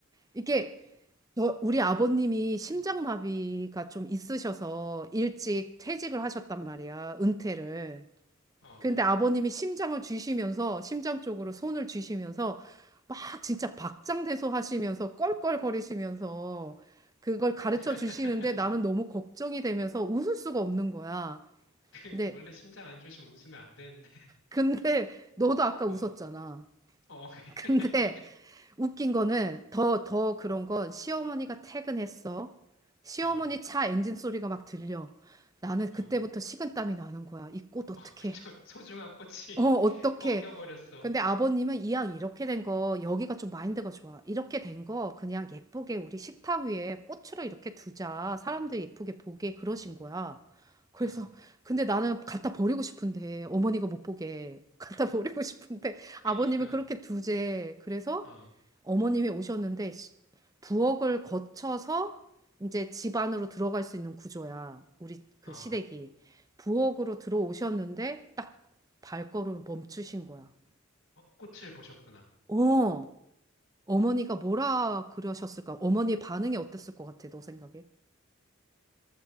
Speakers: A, on the right; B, on the left.
A: 이게 저, 우리 아버님이 심장마비가 좀 있으셔서 일찍 퇴직을 하셨단 말이야, 은퇴를.
B: 어.
A: 근데 아버님이 심장을 쥐시면서, 심장 쪽으로 손을 쥐시면서, 막 진짜 박장대소 하시면서, 껄껄거리시면서, 그걸
B: <laughs>
A: 가르쳐 주시는데 나는 너무 걱정이 되면서 웃을 수가 없는 거야.
B: 그,
A: 근데,
B: 원래 심장 안 좋으시면 웃으면 안 되는데,
A: 근데, 너도 아까
B: 어,
A: 웃었잖아.
B: 어, <laughs>
A: 근데, 웃긴 거는 더, 더 그런 건 시어머니가 퇴근했어. 시어머니
B: 어,
A: 차 엔진 소리가 막 들려. 나는
B: 어,
A: 그때부터
B: 어,
A: 식은땀이 나는 거야. 이 꽃 어떡해?
B: 그쵸. 소중한 꽃이
A: 어, 어떡해?
B: <laughs> 꺾여버렸어.
A: 근데 아버님은 이왕 이렇게 된 거, 여기가 좀 마인드가 좋아. 이렇게 된 거 그냥 예쁘게 우리 식탁 위에 꽃으로 이렇게 두자. 사람들 예쁘게 보게 그러신 거야. 그래서
B: 어,
A: 근데 나는 갖다 버리고 싶은데 어머니가 못 보게 <laughs> 갖다 버리고 싶은데
B: 그러니까,
A: 아버님은 그렇게 두제. 그래서
B: 어,
A: 어머님이 오셨는데 시- 부엌을 거쳐서 이제 집 안으로 들어갈 수 있는 구조야. 우리 그
B: 어, 어,
A: 시댁이. 부엌으로 들어오셨는데 딱 발걸음을 멈추신 거야.
B: 꽃을 보셨구나.
A: 어, 어머니가 뭐라 그러셨을까? 어머니 반응이 어땠을 것 같아, 너 생각에?